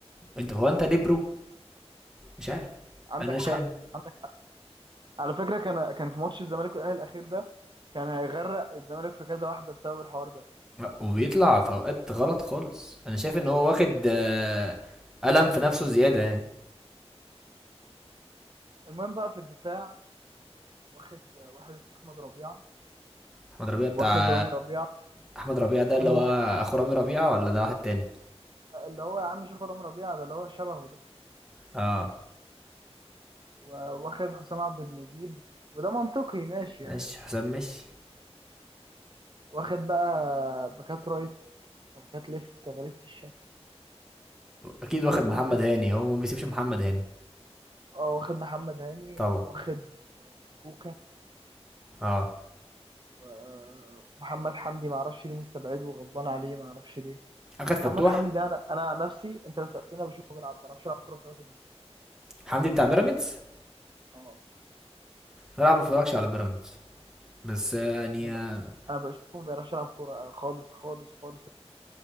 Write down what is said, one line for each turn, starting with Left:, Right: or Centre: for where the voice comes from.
Centre: انت هو انت ليه برو مش عارف
Right: عندك
Centre: انا شايف
Right: حق عندك حق. على فكره كان كان في ماتش الزمالك والاهلي الاخير ده كان هيغرق الزمالك في كذا واحده بسبب الحوار ده
Centre: وبيطلع في اوقات غلط خالص انا شايف ان هو واخد آه، ألم في نفسه زيادة يعني
Right: المهم بقى في الدفاع واخد واحد اسمه احمد ربيعه
Centre: احمد ربيع بتاع
Right: واخد رامي ربيعه
Centre: احمد ربيع ده اللي
Right: سموح
Centre: هو اخو رامي ربيعه ولا ده واحد تاني
Right: اللي هو يا عم شوف رامي ربيعه ده اللي هو شبهه ده
Centre: اه
Right: و- واخد حسام عبد المجيد وده منطقي ماشي
Centre: ماشي
Right: يعني
Centre: حسام ماشي
Right: واخد بقى باكات رايت وباكات ليفت غريبه الشكل
Centre: اكيد
Right: واخد
Centre: واخد محمد
Right: كوكا
Centre: هاني هو ما بيسيبش محمد هاني
Right: آه، واخد محمد هاني
Centre: طبعا
Right: واخد كوكا
Centre: اه
Right: و- ومحمد حمدي ما اعرفش ليه مستبعده وغضبان عليه ما اعرفش ليه
Centre: اخد فتوح
Right: محمد حمدي ده انا انا عن نفسي انت لو سالتني أنا بشوفه بيلعب ما بيعرفش يلعب كوره ب 3 جنيه
Centre: حمدي بتاع بيراميدز
Right: اه
Centre: صراحه ما بتفرجش على بيراميدز بس يعني
Right: انا ب...
Centre: آه،
Right: انا بشوفه ما بيعرفش يلعب كوره آه، خالص خالص خالص